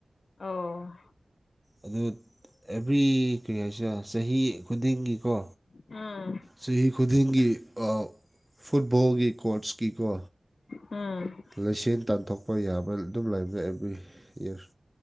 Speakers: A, on the left; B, in the centre.
A: ꯑꯣ
B: ꯑꯗꯨ ꯑꯦꯚ꯭ꯔꯤ ꯀꯔꯤ ꯍꯥꯏꯁꯤꯔ ꯆꯍꯤ ꯈꯨꯗꯤꯡꯒꯤ ꯀꯣ
A: ꯎꯝ
B: ꯆꯍꯤ ꯈꯨꯗꯤꯡꯒꯤ ꯑ ꯐꯨꯠꯕꯣꯜꯒꯤ ꯀꯣꯔꯠꯁꯀꯤ ꯀꯣ
A: ꯎꯝ
B: ꯂꯩꯁꯦꯟ ꯇꯥꯟꯊꯣꯛꯄ ꯌꯥꯕ ꯑꯗꯨꯝ ꯂꯩꯕ꯭ꯔ ꯑꯦꯕ꯭ꯔꯤ ꯏꯌꯥꯔ